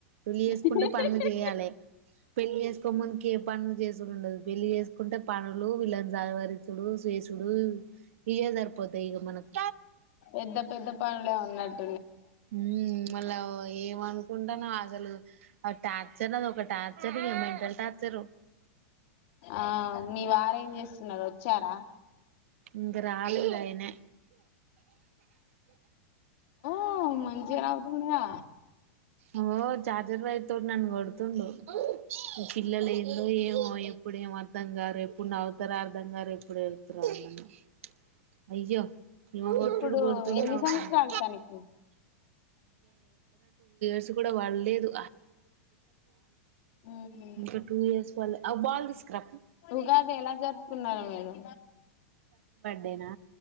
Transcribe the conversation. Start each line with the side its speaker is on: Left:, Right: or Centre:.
Right: పెళ్లి చేసుకుంటే
Left: ఇగ
Right: పనులు చేయాలే పెళ్లి చేసుకో ముందుకి ఏ పన్ చేసుడ్ ఉండదు పెళ్లి చేసుకుంటే పనులు వీళ్ళన్ జవరిచుడు సేసుడు ఇవే సరిపోతాయి ఇగ మనకు
Left: పెద్ద పెద్ద పనులే అన్నట్
Right: ఉమ్ మళ్ళా ఏమనుకుంటాన్నా అసలు టార్చర్ అది ఒక టార్చర్ మెంటల్ టార్చరు
Left: ఆ మీ వారు ఏం చేస్ న్న వచ్చారా
Right: ఇంకా రాలేదు ఆయనే
Left: ఉ మంచి రావుదుంగా
Right: ఓ చార్జర్ వైర్ తోను నన్ను కొడుతోండు పిల్లలు ఏదో ఏమో ఎప్పుడు ఏం అర్ధం గారు ఎప్పుడు నవ్వుతారో అర్ధం కారు ఎప్పుడు ఏడతారో అర్ధం కారు అయ్యో ఈమె కొట్టుడు
Left: ఇప్పుడు
Right: కొడుతుండు
Left: ఎన్ని
Right: నవ్వుతుండు
Left: సంవత్సరాలు తనకి
Right: ఇప్పుడు కూడా పర్లేదు
Left: ఉహు
Right: ఇంకా టూ ఇయర్స్ పల్లె
Left: ఉగాది ఎలా జరుపుకున్నారు మీరు
Right: నేనా